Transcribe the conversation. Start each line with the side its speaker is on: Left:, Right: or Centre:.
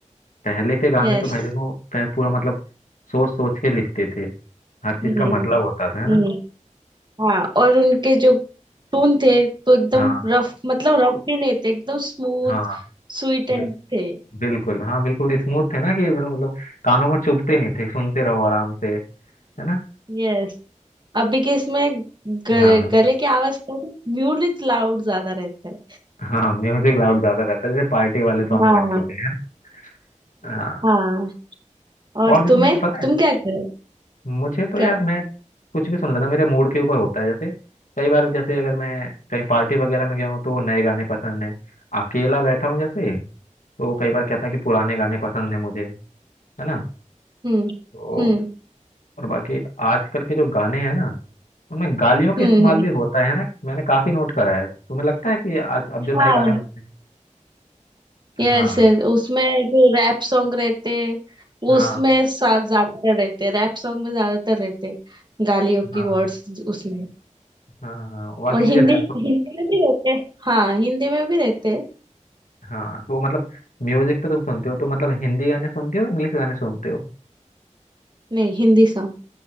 Left: पहले के गाने
Right: यस
Left: तो भाई देखो पह- पूरा मतलब सोच सोच के लिखते थे हर चीज
Right: हम्म
Left: का मतलब होता था है
Right: हम्म
Left: ना
Right: हाँ और उनके जो टोन थे तो एकदम
Left: हाँ
Right: रफ मतलब रफ भी नहीं थे एकदम स्मूथ
Left: हाँ
Right: स्वीट
Left: बि,
Right: एंड थे
Left: बिल्कुल हाँ बिल्कुल स्मूथ थे ना कि मतलब मतलब कानों को चुभते नहीं थे सुनते रहो आराम से है ना
Right: यस अभी के इसमें गले,
Left: हाँ
Right: गले की आवाज कम म्यूजिक लाउड ज्यादा रहता है
Left: हाँ म्यूजिक लाउड ज्यादा रहता है जैसे पार्टी वाले सॉन्ग
Right: हाँ
Left: बन चुके हैं है ना हाँ
Right: हाँ और
Left: और जिसमें
Right: तुम्हें
Left: मैंने पता
Right: तुम
Left: है
Right: क्या करो
Left: मुझे तो
Right: क्या
Left: यार मैं कुछ भी सुन लेता हूँ मेरे मूड के ऊपर होता है जैसे कई बार जैसे अगर मैं कहीं पार्टी वगैरह में गया हूँ तो नए गाने पसंद है अकेला बैठा हूँ जैसे तो कई बार कहता है कि पुराने गाने पसंद है मुझे है ना
Right: हम्म
Left: तो
Right: हम्म
Left: और बाकी आजकल के जो गाने हैं ना उनमें गालियों का
Right: हम्म
Left: इस्तेमाल
Right: हम्म
Left: भी होता है ना मैंने काफी नोट करा है तुम्हें लगता है कि आज अब जो
Right: हाँ
Left: नए गाने बनते हैं
Right: यस
Left: हाँ
Right: यस उसमें जो रैप सॉन्ग रहते हैं,
Left: हाँ
Right: उसमें सा- ज्यादातर रहते हैं, रैप सॉन्ग में ज्यादातर रहते हैं गालियों
Left: हाँ
Right: की वर्ड्स उसमें
Left: हाँ हाँ बाकी
Right: और
Left: मुझे
Right: हिंदी
Left: रैप
Right: हिंदी में भी रहते हैं। हाँ हिंदी में भी रहते हैं।
Left: हाँ तो मतलब म्यूजिक तो तुम सुनते हो तो मतलब हिंदी गाने सुनते हो इंग्लिश गाने सुनते हो
Right: नहीं हिंदी सॉन्ग